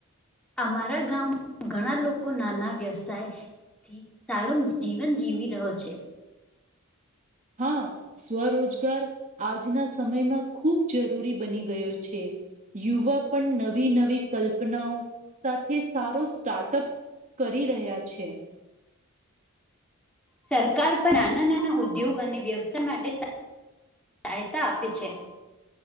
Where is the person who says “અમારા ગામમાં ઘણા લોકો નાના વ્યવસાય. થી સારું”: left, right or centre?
Centre